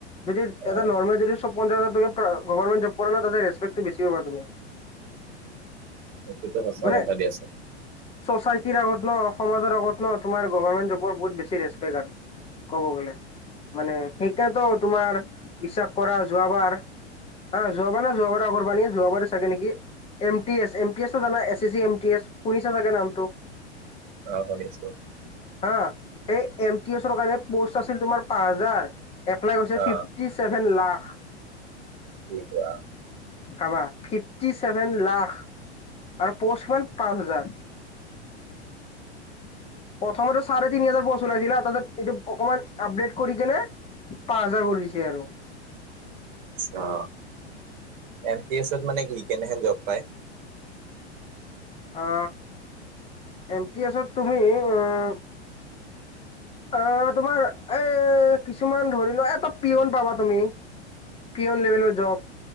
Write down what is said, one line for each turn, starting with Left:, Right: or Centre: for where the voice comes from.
Left: যদি এ
Right: অ
Left: নৰ্মেল যদি চব পঞ্চায়ত তু, ‌গভমেট জব কৰে ন তাতে ৰেছপেকটো বেছি পাবা তুমি।
Right: সেইটোতো সঁচা
Left: মানে
Right: কথা দিয়াচোন
Left: চ'চাইটিৰ আগত ন, সমাজৰ আগত ন, তোমাৰ গভৰ্মেণ্ট জবৰ বহুত বেছি ৰেপেক্ট আৰু কব গ'লে। মানে, সেইকাৰণেতো তোমাৰ বিশ্বাস কৰা যোৱাবাৰ হা যোৱাবাৰ না যোৱাবাৰা পানি যোৱাবাৰে চাগে নেকি, M P S <unintelligible> এ-ছি-এ C M-T-S, সুনিছা চাগে নামটো?
Right: অ শুনিছো।
Left: হা, এই এম-টি-এছৰ কাৰণে পোষ্ট আছিল তোমাৰ পাঁচ হাজাৰ এপ্লাই কৰিছে
Right: অ
Left: ফিফটি চেভেন লাখ।
Right: কি কোৱা?
Left: খাবা ফিপ ফিফটি ছেভেন লাখ, আৰু পৌচ মেন পাঁচ হাজাৰ। প্ৰথমতো চাৰে তিনি হাজাৰ পস্তু উলাইছিল হা, তাৰিছত এইটো অকণমান আপডেট কৰি কেনে, পাঁচ হাজাৰ কৰিছে আৰু।
Right: আছা, এম-পি-এছত মানে কি কেনেহেনে জব পাই?
Left: অ, এম-পি-এছত তুমি, উম
Right: <inaudible>
Left: অ' তোমাৰ এ কিছুমান ধৰি লোৱা, এটা পিয়ন পাবা তুমি। পিয়ন লেভেলৰ জব,